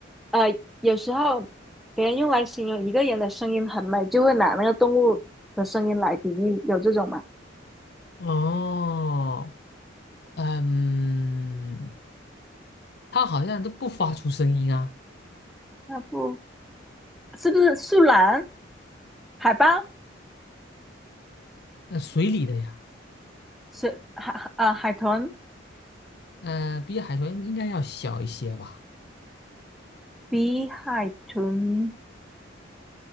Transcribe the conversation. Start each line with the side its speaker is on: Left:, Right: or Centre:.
Centre: 呃，有时候别人用来形容一个人的声音很美，就会拿那个动物的声音来比喻，有这种吗？
Left: 哦，嗯，它好像都不发出声音啊。
Centre: 啊，不是不是树懒、海豹、
Left: 那、水里的呀，
Centre: 是海啊海豚，
Left: 呃，比海豚应该要小一些吧，
Centre: 比海豚